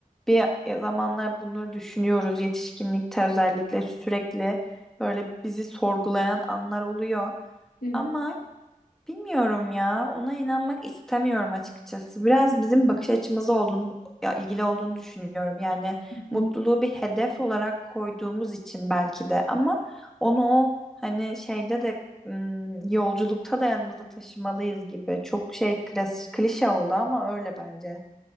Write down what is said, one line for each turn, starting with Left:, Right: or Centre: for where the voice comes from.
Centre: bir zamanlar bunları düşünüyoruz. Yetişkinlikte özellikle sürekli böyle bizi sorgulayan anlar oluyor.
Left: Evet.
Centre: Ama Bilmiyorum ya. Ona inanmak istemiyorum açıkçası. Biraz bizim bakış açımızla olduğunu, ya ilgili olduğunu düşünüyorum. Yani
Left: Hı
Centre: mutluluğu
Left: hı.
Centre: bir hedef olarak koyduğumuz için belki de ama onu o hani şeyde de ım, yolculukta da yanımızda taşımalıyız gibi. Çok şey klas- klişe oldu ama öyle bence.